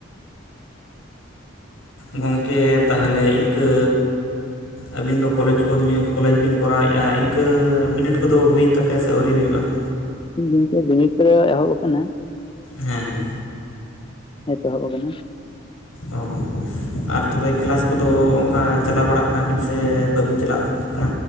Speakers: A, on the left; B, on the left.
A: ᱜᱚᱝᱠᱮ ᱛᱟᱦᱞᱮ ᱤᱝᱠᱟᱹ ᱟᱹᱵᱤᱱ ᱫᱚ ᱠᱚᱞᱮᱡᱽ ᱠᱚᱫᱽᱵᱤ ᱠᱚᱞᱮᱡᱽ ᱵᱤᱱ ᱠᱚᱨᱟᱣᱮ-ᱟ ᱤᱱᱠᱟᱹ ᱵᱤᱱᱤᱴ ᱠᱚᱫᱚ ᱦᱩᱭᱮᱱ ᱛᱟᱯᱮᱭᱟ ᱥᱮ ᱟᱹᱣᱨᱤ ᱦᱩᱭᱩᱜᱼᱟ᱾ <inaudible>
B: ᱜᱚᱝᱠᱮ ᱵᱤᱱᱤᱴ ᱠᱚᱫᱚ ᱮᱦᱚᱵ ᱟᱠᱟᱱᱟ
A: ᱦᱮᱸ ᱦᱮᱸ
B: ᱮᱛᱚᱦᱚᱵ ᱟᱠᱟᱱᱟ
A: ᱚ ᱦᱚᱸ ᱟᱨ ᱛᱚᱵᱮ ᱠᱞᱟᱥ ᱠᱚᱫᱚ ᱚᱝᱠᱟ ᱪᱟᱞᱟᱣ ᱵᱟᱲᱟᱜ ᱠᱟᱱᱟ ᱵᱤᱱ ᱥᱮ ᱵᱟᱹᱵᱤᱱ ᱪᱟᱞᱟᱜ ᱠᱟᱱᱟ